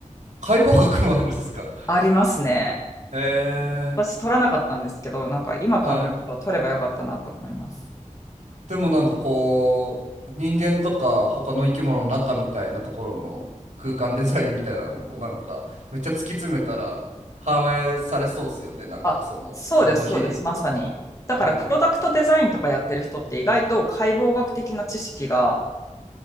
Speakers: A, on the right (about 65°); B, on the left (about 25°).
A: 解剖学もあるんですか。
B: ありますね。
A: へえ。
B: 私取らなかったんですけど、なんか今考えると取ればよかったなと思います。
A: はい。でもなんかこう人間とか他の生き物の中みたいなところの空間デザインみたいなのもなんかめっちゃ突き詰めたら <laughs> 反映されそうですよねなんかそのものの比率とか
B: あ、そうです、そうです、まさに。だから、
A: うん
B: プロダクトデザインとかやってる人って意外と解剖学的な知識が